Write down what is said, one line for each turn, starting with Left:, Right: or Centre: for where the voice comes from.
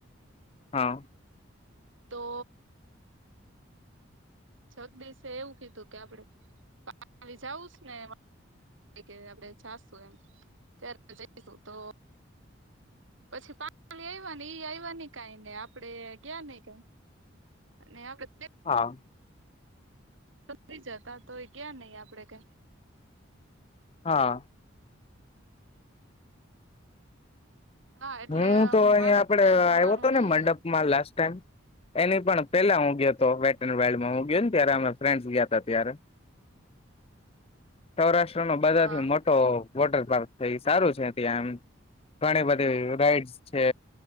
Left: હા.
Right: તો, જગદીશ એવું કીધું કે આપડણે પાલી જઉું ને કે આપણે જાશું એમ, ત્યારે જઈશું તો પછી પાલી આવ એઈ આવ ન કઈ ને આપડે ગયા નહ અને આપડે
Left: હા.
Right: થઈ જતા તો એ ગયા નહી આપડે કઈ.
Left: હા.
Right: હા એટલે
Left: હું તો અહીયા
Right: મારે
Left: આપડે
Right: જ કઈ
Left: આવ્યો
Right: જવાનું
Left: હતો
Right: નહી
Left: ને મંડપમાં લાસ્ટ. એની પણ પેલા હું ગયો હતો વેટ એન્ડ વાઇલ્ડ હું ગયો ને ત્યારે અમે ફ્રેન્ડસ ગયા ત ત્યારે. સૌરાષ્ટ્ર નો બધા
Right: હા
Left: થી મોટો વોટર પાર્ક છે એ સારું છે ત્યાં એમ, ઘણી બધી રાઇડ્સ છે,